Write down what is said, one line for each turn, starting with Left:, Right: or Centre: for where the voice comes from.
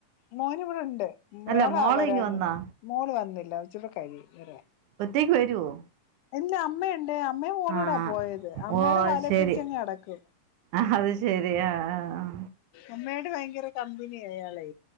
Left: മോന് ഇവിടെണ്ട് മോളാ
Right: അല്ല മോള്
Left: വരാഞ്
Right: ഇങ്ങ് വന്നാ
Left: മോള് വന്നില്ല കൊറച്ചുടെ കഴിയു വരാൻ
Right: ഒറ്റെക്ക് വരുവോ
Left: ഇല്ല അമ്മയുണ്ട് അമ്മെ മോള്ളൂടാ
Right: ആഹ്
Left: പോയത് അമ്മയുടെ
Right: ഓ അത്
Left: വാലെ
Right: ശരി
Left: പിടിച്ചങ് അടക്കും
Right: അത് ശരിയാ ആഹ് ആഹ്
Left: അമ്മയേട് ഭയങ്കര കമ്പനിയ അയാളെ